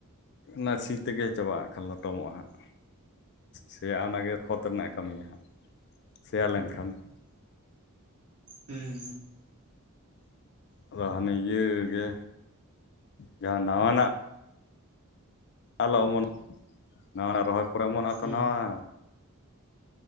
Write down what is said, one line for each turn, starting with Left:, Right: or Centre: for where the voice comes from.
Left: ᱱᱟᱨᱥᱤ ᱛᱮᱜᱮ ᱪᱟᱵᱟᱜᱼᱟ ᱠᱷᱟᱱ ᱞᱚᱴᱚᱢᱚᱜᱼᱟ ᱦᱟᱸᱜ ᱾ ᱥᱮᱭᱟ ᱚᱱᱟ ᱜᱮ ᱠᱷᱚᱛ ᱨᱮᱱᱟᱜ ᱠᱟᱹᱢᱤᱭᱟ ᱦᱟᱸᱜ ᱥᱮᱭᱟ ᱞᱮᱱᱠᱷᱟᱱ ᱾
Right: ᱦᱩᱸ ᱦᱩᱸ ᱾
Left: ᱟᱫᱚ ᱦᱟᱱᱮ ᱤᱭᱟᱹ ᱜᱮ ᱡᱟᱦᱟᱸ ᱱᱟᱣᱟᱱᱟᱜ, ᱟᱞᱚ ᱚᱢᱚᱱ ᱱᱟᱣᱟᱱᱟᱜ ᱨᱚᱦᱚᱭ ᱯᱚᱨᱮ ᱚᱢᱚᱱᱚᱜᱼᱟᱛᱚ
Right: ᱦᱩᱸ
Left: ᱱᱟᱣᱟ